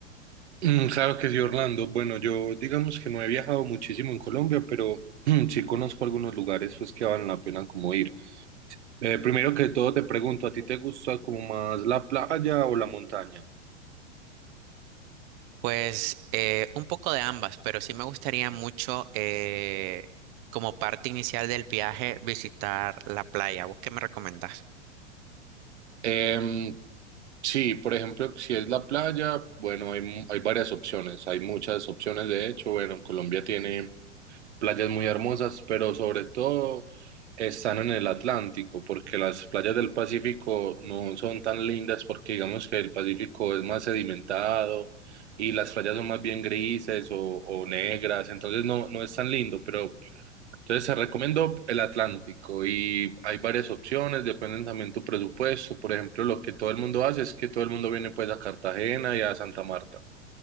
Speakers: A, on the right (about 70°); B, on the right (about 40°).
A: Mm, Claro que sí, Orlando. Bueno, yo digamos que no he viajado muchísimo en Colombia, pero <clears throat> sí conozco algunos lugares pues que valen la pena como ir. Eh, primero que todo te pregunto, ¿a ti te gusta como más la playa o la montaña?
B: Pues eh, un poco de ambas, pero sí me gustaría mucho eh, como parte inicial del viaje visitar la playa. ¿Vos qué me recomendás?
A: Em, sí, por ejemplo, si es la playa, bueno, hay, mu- hay varias opciones, hay muchas opciones de hecho. Bueno, Colombia tiene playas muy hermosas, pero sobre todo están en el Atlántico, porque las playas del Pacífico no son tan lindas porque digamos que el Pacífico es más sedimentado y las playas son más bien grises o, o negras, entonces no, no es tan lindo, pero entonces se recomiendo el Atlántico y hay varias opciones, dependen también tu presupuesto, por ejemplo, lo que todo el mundo hace es que todo el mundo viene pues a Cartagena y a Santa Marta.